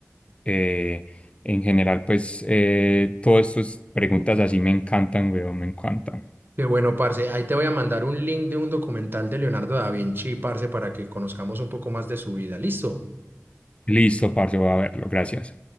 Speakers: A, on the left; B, on the right.
A: Eh, en general, pues, eh, todas estas preguntas así me encantan, weón, me encantan.
B: Qué bueno, parce. Ahí te voy a mandar un link de un documental de Leonardo da Vinci, parce, para que conozcamos un poco más de su vida. ¿Listo?
A: Listo, parce, voy a verlo. Gracias.